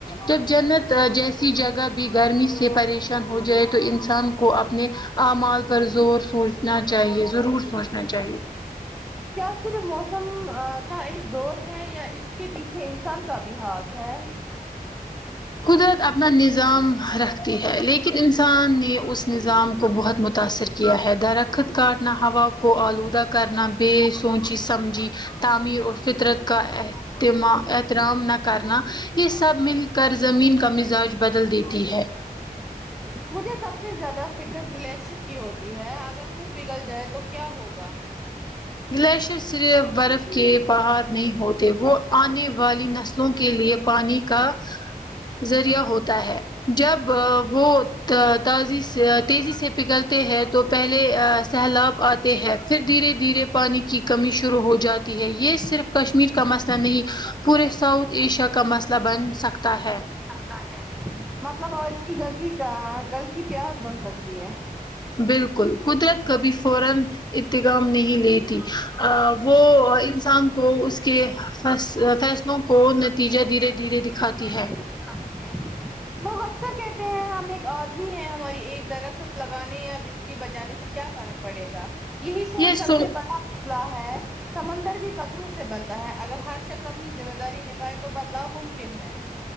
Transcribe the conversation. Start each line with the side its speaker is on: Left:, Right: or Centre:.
Left: جب جنت جی کسی جگہ بھی گرمی سے پریشان ہو جائے تو انسان کو اپنے اعمال پر زور سوچنا چاہیے ضرور سوچنا چاہیے
Centre: کیا صرف موسم کا ایک دور ہے یا اس کے پیچھے انسان کا بھی ہاتھ ہے
Left: قدرت اپنا نظام رکھتی ہے لیکن انسان نے اس نظام کو بہت متاثر کیا ہے درخت کاٹنا ہوا کو آلودہ کرنا بھی سوچی سمجھی تعمیر اور فطرت کا تم احترام نہ کرنا یہ سب مل کر زمین کا مزاج بدل دیتی ہے
Centre: مجھے سب سے زیادہ فکر گلیشر کی ہوتی ہے اگر وہ پگھل جائے تو کیا ہوگا
Left: گلیشر صرف برف کے پہاڑ نہیں ہوتے وہ آنے والی نسلوں کے لیے پانی کا ذریعہ ہوتا ہے جب وہ تازی سے تیزی سے پگلتے ہیں تو پہلے سہلاب آتے ہیں پھر دھیرے دھیرے پانی کی کمی شروع ہو جاتی ہے یہ صرف کشمیر کا مسئلہ نہیں پورے ساؤتھ ایشیا کا مسئلہ بن سکتا ہے
Centre: سکتا ہے مطلب اج کی غلطی کل کی پیاز بن سکتی ہے
Left: بالکل قدرت کبھی فورا اتظام نہیں لیتی
Centre: <unintelligible>
Left: وہ انسان کو اس کے فیصلوں کو نتیجہ دھیرے دھیرے
Centre: نتیجہ
Left: دکھاتی
Centre: دھیرے
Left: ہے
Centre: دھیرے دکھاتی ہے اکثر کہتے ہیں ہم ایک آدمی ہیں ہماری ایک درخت لگانے یا بجلی بجانے سے کیا فرق پڑے گا یہی سوچ
Left: یہ
Centre: سب
Left: سو
Centre: سے بڑا مسئلہ ہے سمندر بھی کترو سے بنتا ہے اگر ہر شخص اپنی ذمہ داری نبھائے تو بدلاؤ ممکن ہے